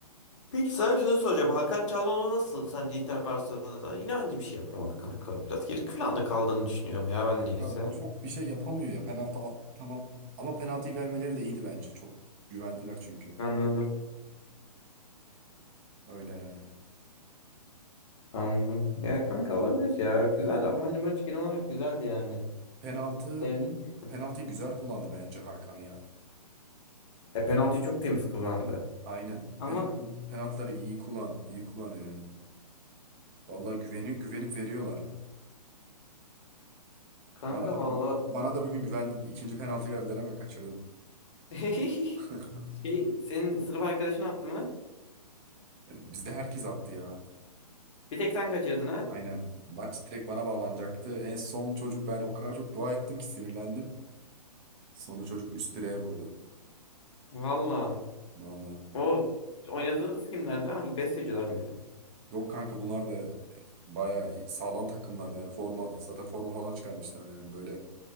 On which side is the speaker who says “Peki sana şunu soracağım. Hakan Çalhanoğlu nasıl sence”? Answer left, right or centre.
Left